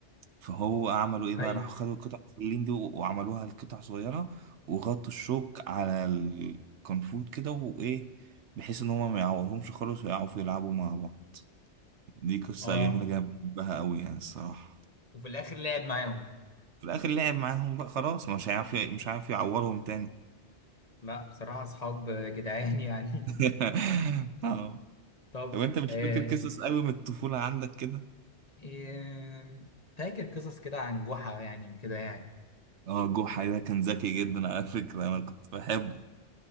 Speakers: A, on the right (about 75°); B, on the left (about 35°).
A: فهو عملوا ايه بقى
B: ايوه
A: راحوا خدوا قطع الفلين دي و- وعملوها لقطع صغيره وغطوا الشوك على الكنفوت كده وايه بحيث ان هما ما يعورهمش خالص ويعرفوا يلعبوا مع بعض دي قصه
B: اه
A: جميله جدا بحبها قوي يعني الصراحه
B: وفي الاخر لعب معاهم
A: في الاخر لعب معاهم بقى خلاص مش هيعرف مش هيعرف يعورهم تاني
B: لا بصراحة اصحاب جدعان يعني
A: <laughs> اه
B: <laughs> طب
A: طب انت مش
B: آه
A: فاكر قصص قوي من الطفولة عندك كده
B: آه، فاكر قصص كده عن جحا يعني وكده يعني
A: اه جحا ده كان ذكي جدا على فكرة انا كنت بحبه